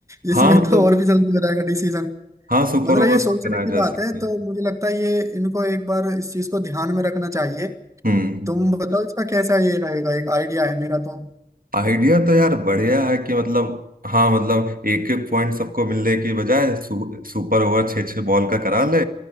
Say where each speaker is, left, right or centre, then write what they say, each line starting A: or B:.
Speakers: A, on the right; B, on the right.
A: <laughs> इसमें
B: हाँ मतलब
A: तो और भी जल्दी हो जाएगा डिसीजन
B: हाँ सुपर
A: मतलब
B: ओवर
A: ये
B: तो
A: सोचने
B: कराया
A: की
B: जा
A: बात
B: सकता
A: है तो
B: है
A: मुझे लगता है ये इनको एक बार इस चीज को ध्यान में रखना चाहिए
B: हम्म
A: तुम बताओ इसका कैसा ये रहेगा एक आइडिया है मेरा तो
B: आइडिया तो यार बढ़िया है कि मतलब हाँ मतलब एक एक पॉइंट सबको मिलने की बजाय सु, सुपर ओवर छः छः बॉल का करा ले